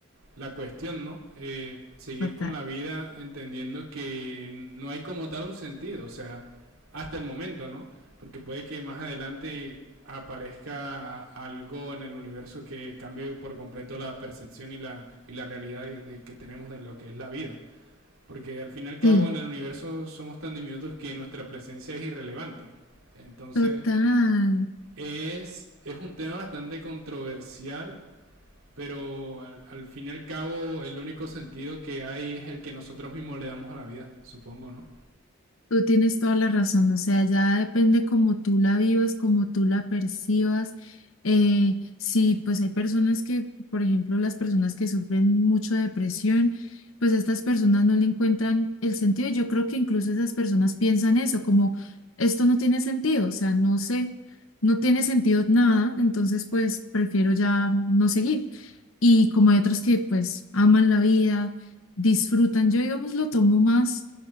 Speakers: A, on the right (about 80°); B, on the left (about 70°).
A: la cuestión, ¿no? Eh, seguir
B: total.
A: con la vida entendiendo que no hay como tal un sentido, o sea, hasta el momento, ¿no? Porque puede que más adelante aparezca algo en el universo que cambie por completo la percepción y la, y la realidad de, de que tenemos de lo que es la vida. Porque al fin y al cabo
B: Sí,
A: en el universo somos tan diminutos que nuestra presencia es irrelevante. Entonces
B: total.
A: es, es un tema bastante controversial pero al, al fin y al cabo, el único sentido que hay es el que nosotros mismos le damos a la vida, supongo, ¿no?
B: Tú tienes toda la razón. O sea, ya depende cómo tú la vivas, cómo tú la percibas. Eh, sí, pues hay personas que, por ejemplo, las personas que sufren mucho de depresión, pues estas personas no le encuentran el sentido. Yo creo que incluso esas personas piensan eso, como esto no tiene sentido. O sea, no sé, no tiene sentido nada. Entonces, pues prefiero ya no seguir. y como hay otros que pues aman la vida, disfrutan. Yo, digamos, lo tomo más